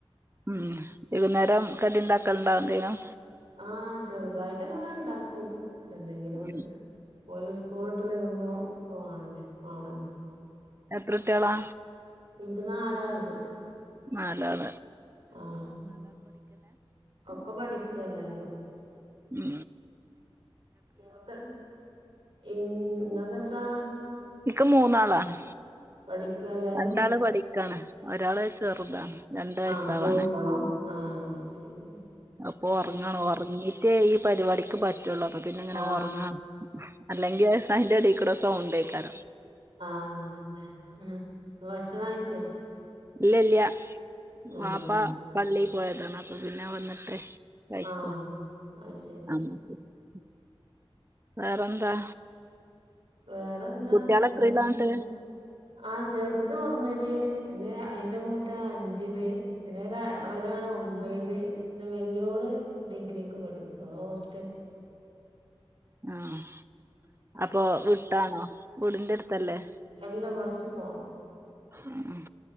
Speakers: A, on the right; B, on the right.
A: ഉം വൈകുന്നേരം കടിണ്ടാക്കലുണ്ടോ എന്തേങ്കിലും
B: ആഹ് ചെറുതായിട്ടൊക്കെ ഇങ്ങനെ ഇണ്ടാക്കും എന്തെങ്കിലുക്കെ
A: ഉം
B: ഓൽ സ്കൂട്ട് വിട്ട് വരുമ്പോ ഒക്കെ വണ്ണ്ടേ വന്നല്ലോ
A: എത്ര കുട്ടികളാ
B: എനിക്ക് നാലാളുണ്ട്
A: നാലാൾ
B: ആഹ ഒക്കെ പണിക്ക എല്ലാരും
A: മ്
B: ഇങ്ങക്ക് ഈൻ ഇങ്ങക്ക് എത്രള
A: ഇക്ക് മൂന്നാളാണ്.
B: പഠിക്ക എല്ലാരും
A: രണ്ടാള് പഠിക്കാണ് ഒരാള് ചെറുതാണ് രണ്ട് വയസാവാനായി.
B: ആഹ് ആഹ് അഹ്‌ ശരി.
A: അപ്പൊ ഒറങ്ങണ് ഉറങ്ങീട്ടേ ഈ പരിപാടിക്ക് പറ്റുള്ളൂ അപ്പ പിന്നെങ്ങനെ
B: ആഹ്
A: ഒറങ്ങ. അല്ലെങ്കിൽ അഹ്‌ ആയിന്റ എടേക്കുടെ സൗണ്ടേക്കാരം.
B: ആഹ് അതന്നെ നിങ്ങൾ ഭക്ഷണം കയിച്ചോ?
A: ഇല്ല ഇല്ല വാപ്പാ
B: ആഹ്
A: പള്ളി പോയതാണ് അപ്പൊ പിന്നെ വന്നിട്ടേ. കഴിക്കോ
B: ആഹ് അത് ശരി
A: ആ <unintelligible> വേറെന്താ?
B: വേറെന്താ
A: കുട്ട്യാള്
B: അങ്ങനെ
A: എത്രയിലാ
B: പോവുന്നു
A: ന്നട്ട്
B: ആഹ് ചെറുത് ഒന്നില് പിന്നെ അയിന്റെ മൂത്തത് അഞ്ചില്. പിന്നെ ഒരാ ഒരാള് ഒമ്പൊയില് വല്യോള് ഡിഗ്രിക്ക് പഠിക്ക ഓള് ഹോസ്
A: ആഹ്. അപ്പൊ വിട്ടാണോ? വീടിന്റെ അടുത്തല്ലേ?
B: എല്ലാ കൊർച്ച് പോണം.
A: ഉം